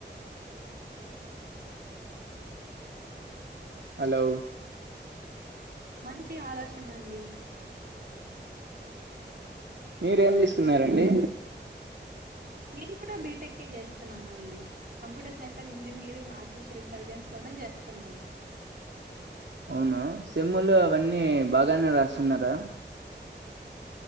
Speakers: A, on the right (about 70°); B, on the right (about 50°).
A: హలో
B: మంచి ఆలోచన అండి
A: మీరేం తీసుకున్నారండి
B: నేను కూడా బీటెకే చేస్తునానండి computer science and engineering artificial ఇంటెలిజెన్స్లోనే చేస్తున్నాను
A: అవునా సెమ్ములు అవన్నీ బాగానే రాస్తున్నారా